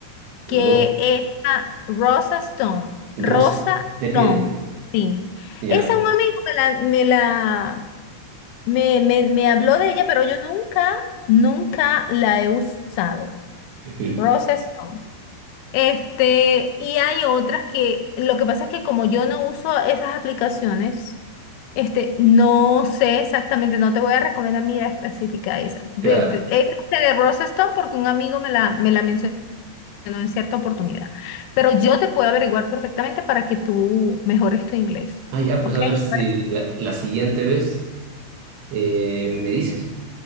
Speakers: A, on the left; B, on the right.
A: que
B: Ro
A: es a Rosa Stone, Rosa
B: Rosa, de
A: Stone,
B: piel,
A: sí.
B: ya.
A: Esa un amigo me la, me la, me, me, me habló de ella, pero yo nunca, nunca la he usado.
B: ujú,
A: Rosa Stone. Este, y hay otras que, lo que pasa es que como yo no uso esas aplicaciones, este, no sé exactamente, no te voy a recomendar, mira, específica esa. De,
B: Claro.
A: de- esa es de Rosa Stone porque un amigo me la, me la mencionó ¿no? en cierta oportunidad. Pero yo te puedo averiguar perfectamente para que tú mejores tu inglés.
B: Ah, ya, pues
A: ¿Ok?
B: a
A: ¿Te
B: ver si
A: parece?
B: la, la siguiente vez eh, me dices.